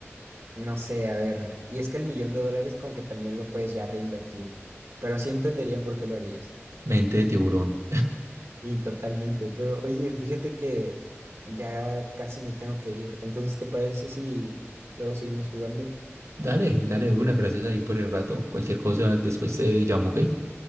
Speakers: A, on the right (about 60°); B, on the right (about 80°).
A: no sé, a ver, y es que el millón de dólares como que también lo puedes ya reinvertir, pero sí entendería por qué lo harías.
B: Mente de tiburón.
A: Y totalmente, pero oye, fíjate que ya casi me tengo que ir, entonces ¿te parece si luego seguimos jugando?
B: Dale, dale de una, gracias ahí por el rato. Cualquier cosa después te llamo, ¿ok?